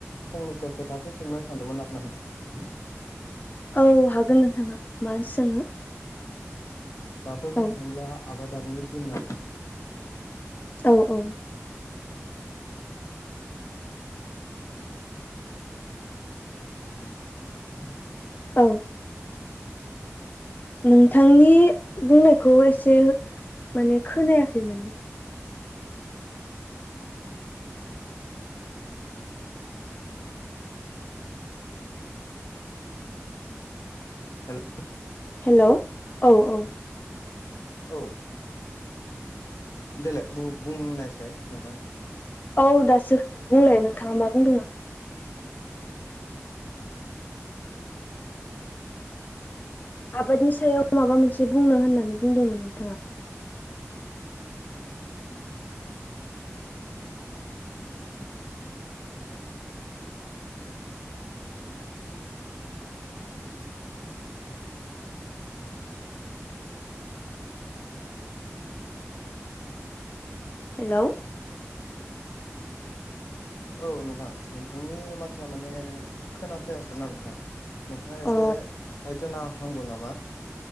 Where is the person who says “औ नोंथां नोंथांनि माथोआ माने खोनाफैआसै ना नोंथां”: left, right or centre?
Left